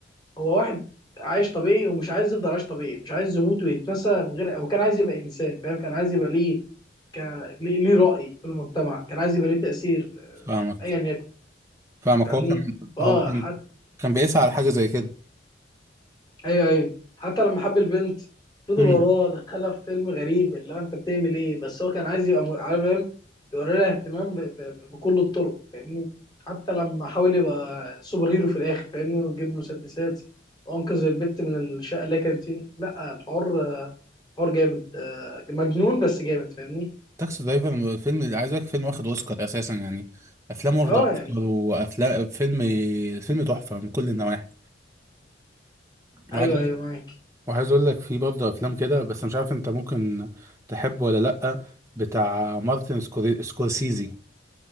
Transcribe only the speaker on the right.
فاهمك
فاهمك
هو كان
هو كان
كان بيسعى على حاجه زي كده
امم
تاكسي درايفر فيلم عايز اقول لك فيلم واخد اوسكار اساسا يعني افلام واخده
اوسكار
وافلام فيلم فيلم تحفه من كل النواحي
وعايز اقول
وعايز اقول لك في برضه افلام كده بس مش عارف انت ممكن تحبه ولا لا بتاع مارتن سكوري- سكورسيزي